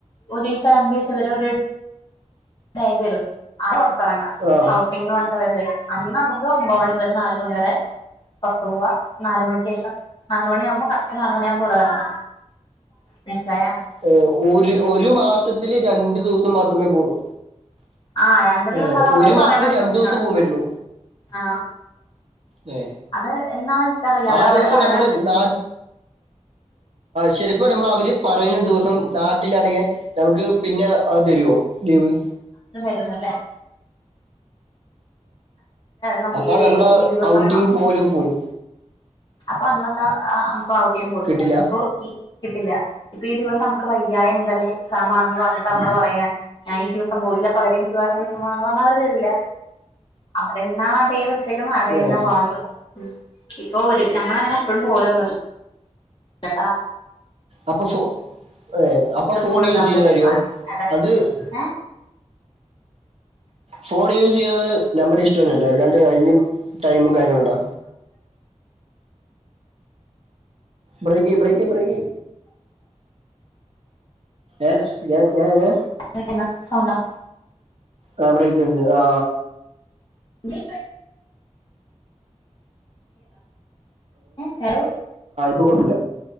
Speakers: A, on the left (about 40°); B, on the right (about 55°).
A: ഒരീസം രണ്ടീസം ഇ വരെ രു ഡേ തരും ആ പുറത്ത് ഇറങ്ങാം
B: ആ
A: ഔട്ടിംഗ് പറഞ്ഞ് അന്ന് നമുക്ക് ഒമ്പത് മണി മുതൽ നാലുമണി വരെ പുറത്തത്ത് പോവാ. നാല് മണിക്ക് ശേഷം നാലുമണി ആവുമ്പോൾ കറക്റ്റ് നാലുമണിആവുമ്പോ ഇവിടെ വരണം മനസിലായോ
B: ഏ ഒരു ഒരു മാസത്തില് രണ്ടു ദിവസം മാത്രമേ പോവൂ.
A: ആ രണ്ട് ദിവസം
B: ഏർ
A: അത് അവര്
B: ഒരു
A: പറയണ
B: മാസത്തി
A: ദിവസങ്ങള്
B: രണ്ടു ദിവസം പോകൻ പറ്റുള്ളൂ.
A: ആ
B: ഹേ
A: അത് എന്നാന്ന് എനിക്കറിയില്ല
B: ആ
A: അത് അവര്
B: ദിവസം
A: പറയണ
B: നമ്മള് നാ ശരിപ്പ നമ്മൾ അവര് പറയണ ദിവസം -- മ് നാട്ടിലാണെങ്കിൽ നമുക്ക് പിന്നെ അഹ്‌തരുവോ ലീവ്.
A: ല്ലേ <unintelligible> നമുക്ക്
B: അപ്പൊ
A: ഈ
B: നമ്മടെ
A: ഈ ദിവസം
B: ഔട്ടിങ് പോലും പോയി.
A: അപ്പൊ അന്നത്തെ നമുക്ക് ഔട്ട് പോയി
B: കിട്ടില്ല
A: അപോയി അൊ കിട്ടില്ല ഇപ്പൊ ഈ ദിവസംക്ക് വയ്യായ എന്തന്നെ എക്സാം ആണന്ന് പറഞ്ഞട്ട് നമ്മള് പറയാ ഞാൻ ഈ ദിവസം പോയില്ല പകരം എനിക്ക് വേറെ ദിവസമാണ പറ അവർ തരില്ല അവരെ എന്നാ അതേ വെച്ചേക്കണം അടെന്ന
B: ഏഹ്
A: വാടറടത്ത ഇപ്പ ഒരു നമ്മള അങ്ങനെ എപ്പോഴും പോലെന്ന് മി ചേട്ടാ
B: അപ്പൊ ഫോ ഏ അപ്പൊ ഫോൺ
A: മൂടുണ്ടാവൂല
B: യൂസ് ചെയ്യുന്ന കാര്യോ
A: പോവാന് എടാ
B: അത്
A: ഏഹ്
B: ഫോൺ യൂസ് ചെയ്യുന്നത് നമ്മുടെ ഇഷ് ന്നല്ലോ അല്ലാണ്ട് അതിും ടൈമും കാര്യങ്ങളുണ്ടോ ബ്രേക്ക് യ്യ ബ്രേക്ക് യബ്രേക്ക് ഏ ഏ ഏ
A: <unintelligible> സൗണ്ടാ <unintelligible>
B: ആഹ ബ്രൈക്ക്ണ്ട് ആ
A: ഉ <inaudible> ഹലോ
B: കെഴപ്പല്ല